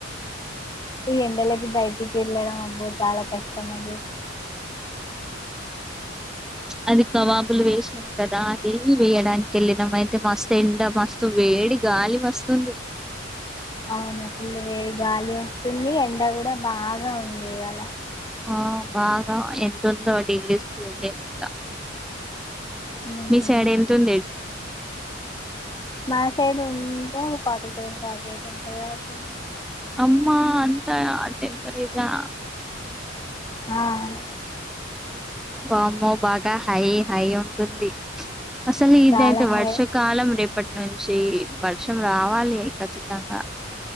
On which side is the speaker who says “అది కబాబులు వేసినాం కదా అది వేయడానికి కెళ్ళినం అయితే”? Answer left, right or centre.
Centre